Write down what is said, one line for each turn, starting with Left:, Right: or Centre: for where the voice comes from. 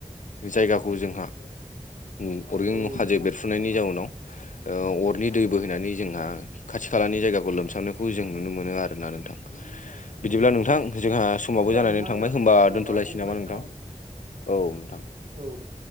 Left: जायगाखौ जोंहा उम अरगें
Right: औ औ
Left: हाजो बेरफुनायनि जाउनाव ओ अरनि दै बोहैनानै जोंहा खाथि खालानि जायगाखौ लोमसाबनायखौ जों
Right: औ
Left: नुनो मोनो आरो। आरोना नोंथां बिदिब्ला नोंथां जोंहा समावबो
Right: बिदिब्ला
Left: जानानै
Right: नोंथां
Left: थांबाय
Right: जोंहा
Left: होमबा
Right: समाबो जाबाय
Left: दोन्थ'लायसै
Right: दोनथ'लायनोसै
Left: नामा नोंथां औ नोंथां।
Right: औ दे